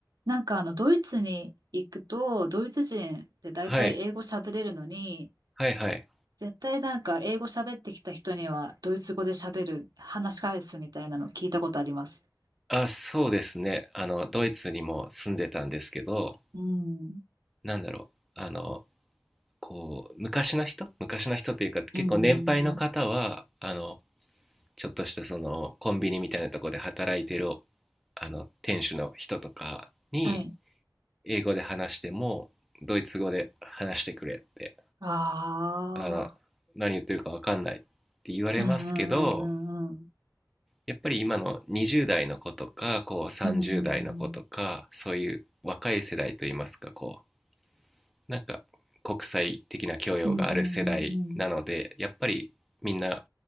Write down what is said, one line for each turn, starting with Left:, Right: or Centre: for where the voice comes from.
Right: なんかあの、ドイツに行くと、ドイツ人って大体英語喋れるのに、
Centre: はい、はいはい。
Right: 絶対なんか英語喋ってきた人には、ドイツ語で喋る、話し返すみたいなの聞いたことあります。
Centre: あ、そうですね。あの、ドイツにも住んでたんですけど、
Right: うん。
Centre: なんだろう、あの、こう、昔の人、昔の人というか、結構年配の方は、
Right: うんうんうん。
Centre: あの、ちょっとしたそのコンビニみたいなとこで働いてるあの店主の人とかに
Right: はい。
Centre: 英語で話してもドイツ語で話してくれって
Right: ああ。
Centre: あの何言ってるか分かんないって言われますけど
Right: うんうんうんうんうん。
Centre: やっぱり今の20代の子とかこう30代の子とかそういう若い世代といいますかこ
Right: うんうんうん。
Centre: うなんか国際的な教養がある世代なのでやっぱりみんな
Right: うんうんうんうん。